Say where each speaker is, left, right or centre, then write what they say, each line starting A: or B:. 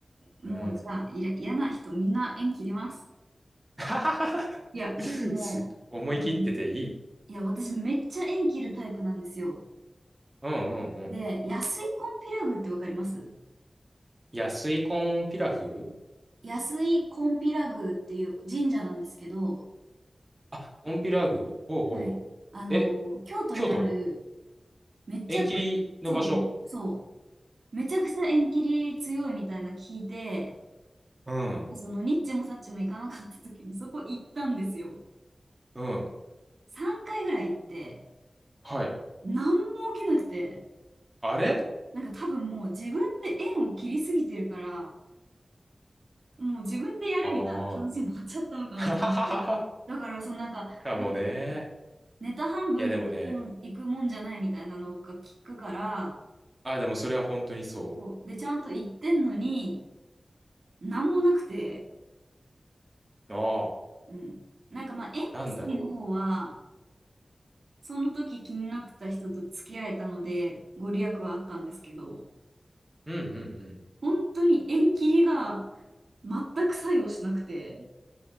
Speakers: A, on the right (about 75°); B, on the right (about 20°).
A: もう、
B: うん。
A: じゃあ、いら嫌な人、みんな縁切ります。
B: <laughs>
A: いや、
B: <laughs>
A: もう、
B: す思い切ってていい。
A: 私いや、私めっちゃ縁切るタイプなんですよ。
B: うんうんうん。
A: で、安井コンピラ宮ってわかります
B: 安いコンピラフ
A: 安井コンピラ宮っていう神社なんですけど、
B: あ、コンピラグ。ほうほうほ
A: はい。あの、
B: う。え、
A: 京都にある、
B: 京都
A: めちゃく、
B: 縁切りの場所。
A: そう、そう、めちゃくちゃ縁切り強いみたいな聞いて、
B: うん、
A: そのニッチもサッチも行かなかった時にそこ行ったんですよ。
B: うん。
A: 3回ぐらい行って、
B: はい。
A: 何も起きなくて、
B: あれ
A: なんか多分もう自分で縁を切りすぎてるから、もう自分でやるみたいな感じになっちゃったのかなと思って。
B: ああー。<laughs> ははははは。
A: だから、そのなんか、
B: かもね。
A: なんてネタ半分で行くの、
B: いやでもね。
A: 行くもんじゃないみたいなのが聞くから、
B: あ、でもそれは本当にそ
A: そう。で、ちゃんと行ってんのに、なんもなくて、
B: う。あ
A: うん。なんかまあ、縁結びの方は、
B: あ、なんだろ
A: その時気になってた人と付き合えたので、ご利益はあったんですけど、
B: う。うんうんうん。
A: 本当に縁切りが全く作用しなくて、